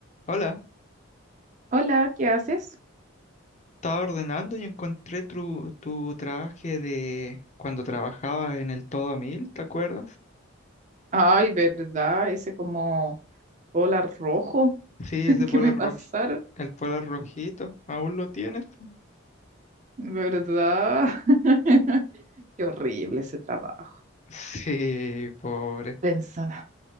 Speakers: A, on the left; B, on the right.
A: Hola,
B: Hola, ¿qué haces?
A: estaba ordenando y encontré tu, tu traje de cuando trabajabas en el Todo a Mil, ¿te acuerdas?
B: Ay, ¿verdad? Ese como hola rojo
A: Sí,
B: <laughs>
A: ese
B: que
A: polar
B: me pasaron,
A: roji, el polar rojito, ¿aún lo tienes? po? <laughs>
B: ¿verdad? <laughs> Qué horrible ese trabajo.
A: Sí, pobre.
B: Pensar,